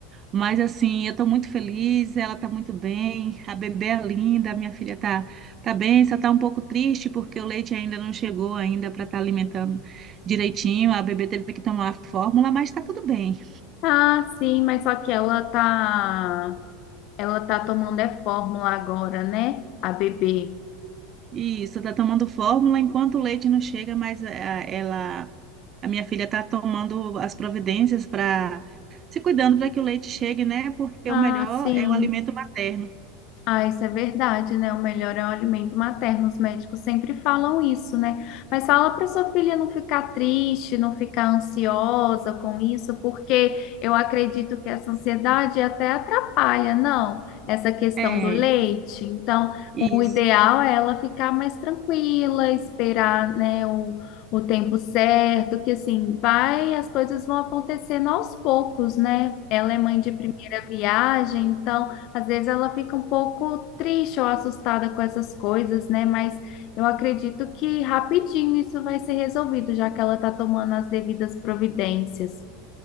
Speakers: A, on the right (about 30°); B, on the left (about 50°).
A: Mas assim, eu estou muito feliz, ela está muito bem, a bebê é linda, a minha filha está, tá bem, só está um pouco triste porque o leite ainda não chegou ainda para estar alimentando direitinho. A bebê teve que tomar a fórmula, mas está tudo bem.
B: Ah, sim, mas só que ela tá, ela tá tomando é fórmula agora, né? A bebê.
A: Isso, está tomando fórmula enquanto o leite não chega, mas a- ela, a minha filha está tomando as providências para se cuidando para que o leite chegue, né? Porque
B: Ah,
A: o melhor
B: sim.
A: é o alimento materno.
B: Ah, isso é verdade, né? O melhor é o alimento materno. Os médicos sempre falam isso, né? Mas fala para sua filha não ficar triste, não ficar ansiosa com isso, porque eu acredito que essa ansiedade até atrapalha, não? Essa questão
A: É,
B: do leite. Então,
A: isso.
B: o ideal é ela ficar mais tranquila, esperar, né, o, o tempo certo, que assim, vai, as coisas vão acontecendo aos poucos, né? Ela é mãe de primeira viagem, então. Às vezes ela fica um pouco triste ou assustada com essas coisas, né? Mas eu acredito que rapidinho isso vai ser resolvido, já que ela está tomando as devidas providências.